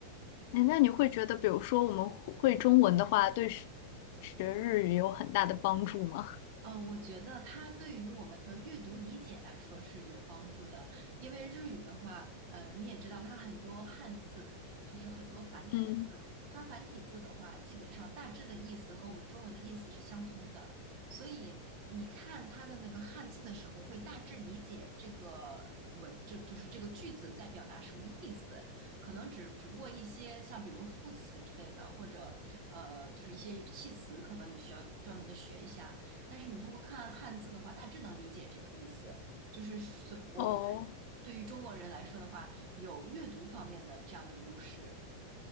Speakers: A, on the left (about 50°); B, on the right (about 45°).
A: 哎，那你会觉得，比如说我们会中文的话，对学学日语有很大的帮助吗？
B: 呃，我觉得它对于我们的阅读理解来说是有帮助的，因为日语的话，呃，你也知道它很多汉字，就是很多繁体字，
A: 嗯，
B: 它繁体字的话，基本上大致的意思和我们中文的意思是相通的，所以你看它的那个汉字的时候，会大致理解这个文，这就是这个句子在表达什么意思，可能只只不过一些像比如副词之类的，或者呃，就是一些语气词，可能你需要专门的学一下。但是你通过看汉字的话，大致能理解这个意思。就是所我们
A: 哦。
B: 对于中国人来说的话，有阅读方面的这样的优势。